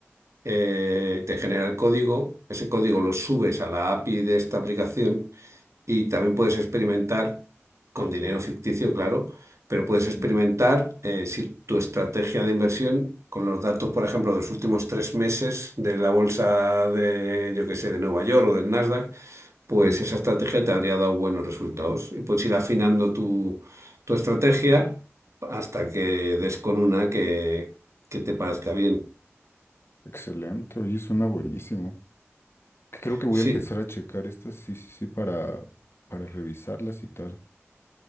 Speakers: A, on the right; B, on the left.
A: eh, te genera el código, ese código lo subes a la API de esta aplicación y también puedes experimentar con dinero ficticio, claro, pero puedes experimentar
B: sí.
A: eh, si tu estrategia de inversión con los datos, por ejemplo, de los últimos tres meses de la bolsa de, yo qué sé, de Nueva York o del Nasdaq, pues
B: sí.
A: esa estrategia te habría dado buenos resultados y puedes ir afinando tu, tu estrategia hasta que des con una que, que te parezca bien.
B: Excelente. Oye, suena buenísimo. Creo que voy
A: Sí,
B: a empezar a checar estas, sí, sí, sí, para, para revisarlas y tal.